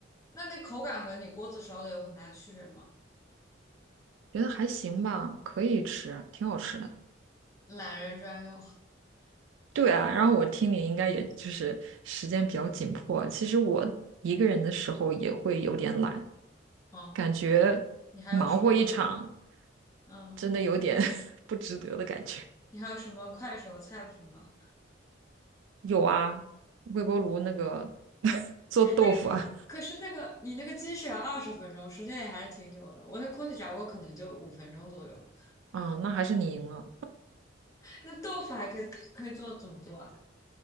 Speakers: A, on the left; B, on the right.
A: 那那口感和你锅子烧的有很大区别吗？
B: <laughs> 觉得还行吧，可以吃啊，挺好吃的。
A: 懒人专用，
B: 对啊，然后我听你应该也就是时间比较紧迫。其实我一个人的时候也会有点懒，
A: 嗯，
B: 感觉忙活一场，
A: 你还有什么？嗯，
B: 真的有点 <laughs> 不值得的感觉。
A: 你还有什么快手菜谱吗？
B: 有啊，微波炉那个 <laughs> 做豆腐啊，
A: 那个可是那个你那个鸡是要二十分钟，时间也还是挺久的。我那空气炸锅可能就五分钟左右。
B: 啊、那还是你赢了。
A: 那豆腐还可以可以做怎么做啊？